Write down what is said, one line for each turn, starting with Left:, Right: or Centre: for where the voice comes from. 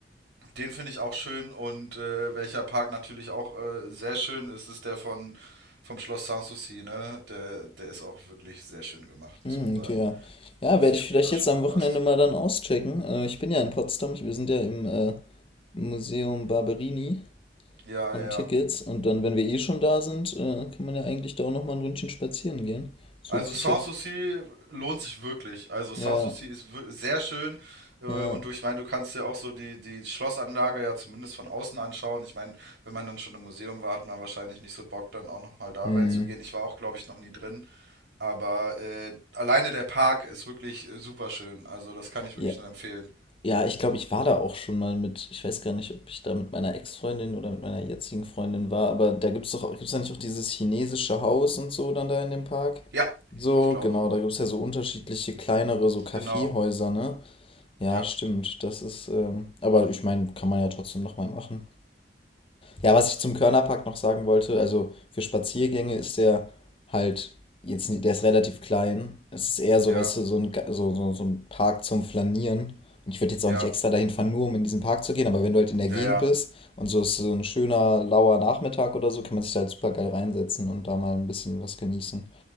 Right: den finde ich auch schön und äh, welcher Park natürlich auch äh, sehr schön ist, ist der von vom Schloss Sanssouci, ne? Der, der ist auch wirklich sehr schön gemacht, muss
Left: Hm,
Right: man sagen.
Left: okay, ja. Ja,
Right: Weiß
Left: werde
Right: nicht,
Left: ich
Right: ob
Left: vielleicht
Right: du da
Left: jetzt
Right: schon
Left: am
Right: mal
Left: Wochenende
Right: warst.
Left: mal dann auschecken. Äh, ich bin ja in Potsdam. Ich, wir sind ja im äh, Museum Barberini.
Right: Ja,
Left: an
Right: ja, ja.
Left: Tickets. Und dann, wenn wir eh schon da sind, äh, kann man ja eigentlich da auch nochmal ein Ründchen spazieren gehen. Das
Right: Also
Left: hört sich
Right: Sanssouci
Left: ja. f-
Right: lohnt sich wirklich. Also Sanssouci
Left: Ja,
Right: ist wir- sehr schön äh, und
Left: ja.
Right: durch. ich meine, du kannst dir auch so die, die Schlossanlage ja zumindest von außen anschauen. Ich meine, wenn man dann schon im Museum war, hat man wahrscheinlich nicht so Bock, dann auch nochmal da
Left: Hm.
Right: reinzugehen. Ich war auch, glaube ich, noch nie drin, aber äh, alleine der Park ist wirklich äh, super schön. Also das kann ich wirklich
Left: Ja,
Right: nur empfehlen.
Left: ja ich glaube, ich war da auch schon mal mit. Ich weiß gar nicht, ob ich da mit meiner Ex-Freundin oder mit meiner jetzigen Freundin war, aber da gibt es doch, gibt es da nicht auch dieses chinesische Haus und so dann da in dem Park?
Right: Ja,
Left: So,
Right: ich glaube.
Left: genau, da gibt es ja so unterschiedliche kleinere, so Kaffeehäuser,
Right: Genau.
Left: ne? Ja,
Right: Ja,
Left: stimmt, das ist, ähm, aber ich meine, kann man ja trotzdem nochmal machen. Ja, was ich zum Körnerpark noch sagen wollte, also für Spaziergänge ist der halt jetzt nicht, der ist relativ klein. Es ist eher so,
Right: ja,
Left: weißt du, so ein, Ga- so, so, so ein Park zum Flanieren. Und ich würde jetzt
Right: ja,
Left: auch nicht extra dahin fahren, nur um in diesen Park zu gehen, aber wenn du halt in der
Right: ja,
Left: Gegend
Right: ja.
Left: bist und so ist so ein schöner, lauer Nachmittag oder so, kann man sich da halt super geil reinsetzen und da mal ein bisschen was genießen.